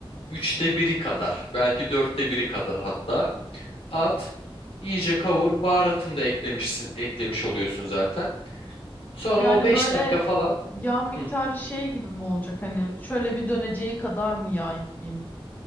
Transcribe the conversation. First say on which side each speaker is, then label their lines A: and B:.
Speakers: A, on the left; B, on the left.
A: üçte biri kadar belki dörtte biri kadar hatta at, iyice kavur. Baharatını da eklemişsin, eklemiş oluyorsun zaten. Sonra
B: Yani
A: o 5
B: böyle
A: dakika falan.
B: yağ miktarı
A: Hı.
B: şey gibi mi olacak hani şöyle bir döneceği kadar mı yağ ekleyeyim?